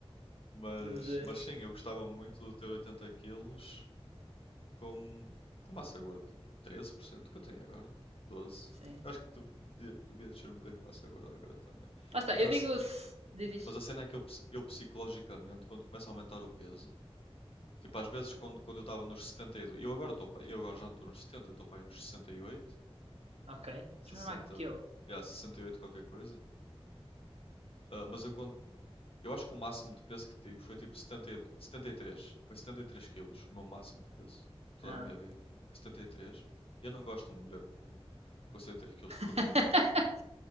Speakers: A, on the left; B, on the right.
A: Mas,
B: Mas, eh,
A: mas sim, eu gostava muito de ter 80 quilos com, com massa gorda, tipo 13% que eu tenho agora, 12%.
B: Sim.
A: Eu acho que tu devia, devia descer um bocadinho de massa gorda agora também.
B: Lá está,
A: Mas
B: eu
A: a,
B: digo. se- Diz, diz.
A: mas a cena é que eu, eu psicologicamente, quando começa a aumentar o peso, tipo às vezes quando, quando eu estava nos 72 eu agora, tô, eu agora já não estou nos setenta eu estou para aí nos 68,
B: Ok.
A: sessenta
B: Tens mais magro que eu.
A: yeah, 68 qualquer coisa. Ah, mas eu quando Eu acho que o máximo de peso que tive foi tipo 70, e- 73. Foi 73 quilos, o meu máximo de peso. Toda
B: Ah.
A: a minha vida. Foi 73. E três. E eu não gosto de me ver com, com 73 quilos.
B: <laughs>
A: Porque,